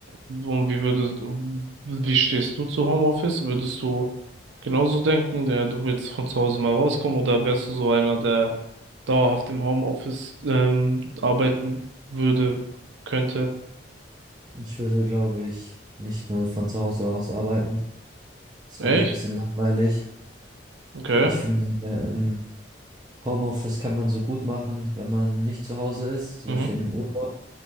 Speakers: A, on the right; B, on the right.
A: Und wie würdest, wie stehst du zu Homeoffice? Würdest du genauso denken, der, du willst von zu Hause mal rauskommen oder wärst du so einer, der dauerhaft im Homeoffice ähm, arbeiten würde, könnte?
B: Ich würde, glaube ich, nicht nur von zu Hause aus arbeiten. Das fände
A: Echt?
B: ich ein bisschen langweilig.
A: Okay.
B: Ich finde, äh, im Homeoffice kann man so gut machen, wenn man nicht zu Hause ist, zum
A: Mhm.
B: Beispiel in einem Urlaub,